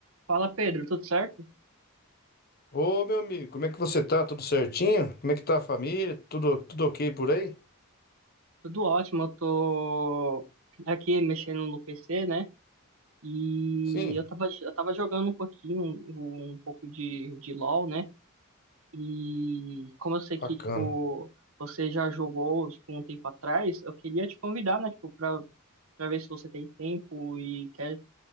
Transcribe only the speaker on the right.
Fala Pedro, tudo certo?
Tudo ótimo, eu tô aqui mexendo no PC, né? E
eu tava, eu tava jogando um pouquinho, um, um pouco de, de LoL, né? E como eu sei
que, tipo, você já jogou, tipo, um tempo atrás, eu queria te convidar, né? Tipo, pra, pra ver se você tem tempo e quer